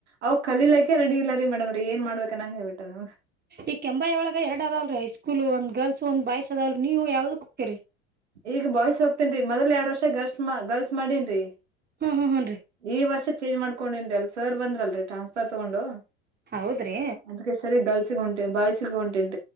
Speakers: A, on the right; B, on the right.
A: ಅವ್ ಕಲಿಲಕ್ಕೆ ರೆಡಿ ಇಲ್ಲಾರಿ ಮೇಡಮ್ರಿ ಏನ್ ಮಾಡ್ಬೇಕ ಅನ್ನಂಗ ಹೇಳ್ಬಿಟ್ಟ ನ್
B: ಈ ಕೆಂಬಾಯಿ ಒಳಗ ಎರಡ್ ಅದಾವಲ್ ರೀ ಹೈಸ್ಕೂಲ್ ಒಂದ ಗರ್ಲ್ಸ್ ಒಂದ ಬಾಯ್ಸ್ ಅದಾವಲ್ ನೀವು ಯಾವ್ದಕ್ ಹೋಗ್ತಿರಿ.
A: ಈಗ ಬಾಯ್ಸ್ ಹೋಗ್ತೇನ್ರಿ ಮೊದ್ಲ್ ಎರಡ್ ವರ್ಷ ಗರ್ಲ್ಸ್ ಗರ್ಲ್ಸ್ ಮಾಡೇನ್ರಿ.
B: ಹ್ಮ್ ಹ್ಮ್ ಹ್ಮ್ ರೀ
A: ಈ ವರ್ಷ ಚೇಂಜ್ ಮಾಡ್ ಕೊಂಡೆನ್ ಆಲ್ ಸರ್ ಬಂದ್ರಲ್ರಿ ಟ್ರಾನ್ಸ್ಫರ್ ತಗೊಂಡು
B: ಹೌದ್ರಿ
A: ಅದ್ಕೆ ಸರಿ ಗರ್ಲ್ಸ್ ಸಿಗ್ ಬಾಯ್ ಸಿಗ್ ಹೊಂಟೇನ್